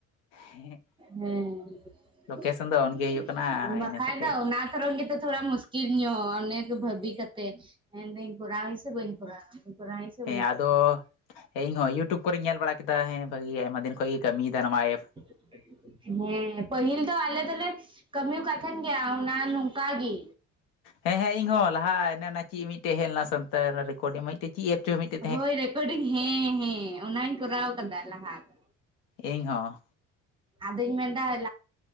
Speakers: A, on the left (about 85°); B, on the right (about 15°).
A: ᱦᱮᱸ
B: ᱦᱮᱸ <unintelligible>
A: ᱞᱳᱠᱮᱥᱚᱱ ᱫᱚ ᱚᱱᱜᱮ ᱦᱩᱭᱩᱜ ᱠᱟᱱᱟ
B: ᱵᱠᱷᱟᱡ
A: ᱤᱱᱟᱹ ᱠᱟᱛᱮ
B: ᱫᱚ ᱚᱱᱟ ᱛᱚᱨᱚᱯ ᱜᱮᱛᱚ ᱛᱷᱚᱲᱟ ᱢᱩᱥ ᱴᱷᱤᱠ ᱧᱚᱜ ᱚᱱᱮᱠᱩ ᱵᱷᱟᱹᱵᱤ ᱠᱟᱛᱮ, ᱢᱮᱱᱫᱟᱹᱧ ᱠᱚᱨᱟᱣ ᱟᱹᱧ ᱥᱮ ᱵᱟᱹᱧ ᱠᱚᱨᱟᱣ-ᱟ᱾ ᱠᱚᱨᱟᱣᱟᱹᱧ ᱥᱮ ᱵᱟᱹᱧ
A: ᱦᱮᱸ
B: ᱠᱚᱨᱟᱣᱟ
A: ᱟᱫᱚ ᱤᱧ ᱦᱚᱸ ᱤᱭᱩᱴᱩᱵᱽ ᱠᱚᱨᱮᱧ ᱧᱮᱞ ᱵᱟᱲᱟ ᱠᱮᱫᱟ ᱦᱮᱸ ᱵᱷᱟᱜᱤ ᱟᱭᱢᱟ ᱫᱤᱱ ᱠᱷᱚᱡ ᱜᱮ ᱠᱟᱹᱢᱤᱭᱮᱫᱟ ᱱᱚᱣᱟ ᱮᱯ᱾
B: ᱦᱮᱸ ᱯᱟᱹᱦᱤᱞ ᱫᱚ ᱟᱞᱮ ᱫᱚᱞᱮ ᱠᱟᱹᱢᱤᱠᱟᱛ ᱜᱮᱭᱟ ᱚᱱᱟ ᱱᱚᱝᱠᱟ ᱜᱮ
A: ᱦᱮᱸ ᱦᱮᱸ ᱤᱧᱦ ᱞᱟᱦᱟ ᱮ ᱚᱱᱟ ᱪᱮᱫ ᱢᱤᱫᱴᱮᱡ ᱦᱮᱡ ᱞᱮᱱᱟ ᱥᱟᱱ ᱨᱮᱠᱚᱨᱰᱝ ᱪᱮᱫ ᱮ ᱪᱚ ᱢᱤᱫᱴᱮᱱ <unintelligible>
B: ᱦᱳᱭ ᱨᱮᱠᱚᱨᱰᱤᱝ ᱦᱮᱸ ᱦᱮᱸ ᱚᱱᱟᱧ ᱠᱚᱨᱟᱣ ᱟᱠᱟᱫᱟ ᱞᱟᱦᱟ ᱫᱚ
A: ᱤᱧ ᱦᱚᱸ
B: ᱟᱧ ᱢᱮᱱᱫᱟ